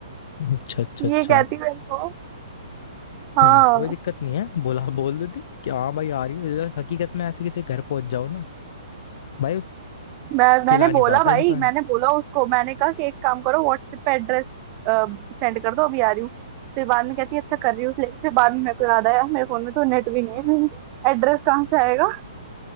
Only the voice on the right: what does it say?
ये कहती है मेरे को हाँ
मैं
मैंने बोला
भाई
मैंने बोला उसको मैंने कहा कि एक काम करो व्हाट्सएप पे एड्रेस सेंड कर दो अभी आ रही हूँ फिर बाद में कहती है अच्छा कर रही हूँ लेकिन फिर बाद में मेरे को याद आया मेरे फोन में तो नेट भी नहीं है <laughs> एड्रेस कहाँ से आएगा